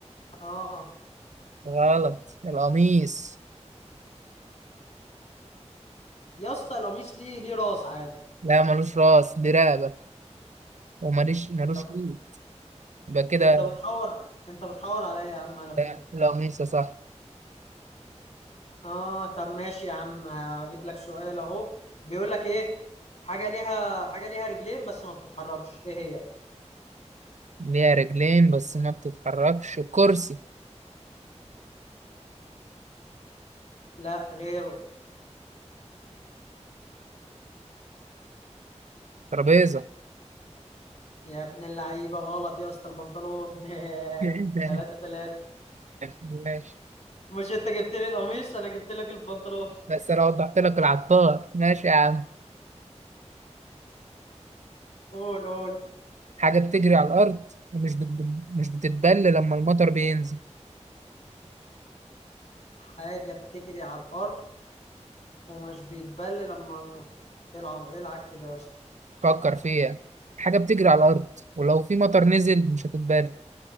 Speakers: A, on the left; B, on the right.
A: اه
B: غلط القميص
A: يا اسطى القميص ليه ليه راس عادي
B: لا ملوش راس دي رقبة وملوش ملوش
A: انت
B: ايد يبقى كده
A: انت بتحور انت بتحور عليا يا عم على فكرة
B: لا القميص يا صاحبي
A: اه طب ماشي يا عم اجيب لك سؤال اهو بيقول لك ايه حاجه ليها حاجه ليها رجلين بس ما بتتحركش ايه هي
B: ليها رجلين بس ما بتتحركش كرسي
A: لا غيره
B: ترابيزة
A: يا ابن اللعيبه غلط يا اسطى البنطلون <laughs>
B: <laughs>
A: ثلاثة ثلاثة
B: ماشي
A: مش انت جبت لي القميص انا جبت لك البنطلون
B: بس انا وضحت لك العطار ماشي يا عم
A: قول قول
B: حاجة بتجري على الأرض ومش بت... مش بتتبل لما المطر بينزل
A: حاجه بتجري على الارض ومش بيتبل لما العب العب كده يا اسطى
B: فكر فيها حاجة بتجري على الأرض ولو في مطر نزل مش هتتبل